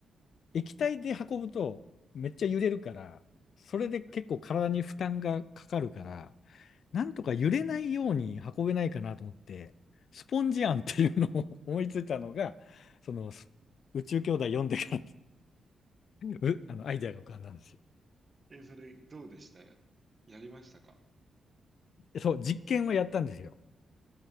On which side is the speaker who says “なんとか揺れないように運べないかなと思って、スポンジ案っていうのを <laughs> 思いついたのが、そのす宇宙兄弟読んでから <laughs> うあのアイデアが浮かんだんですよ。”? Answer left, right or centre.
Left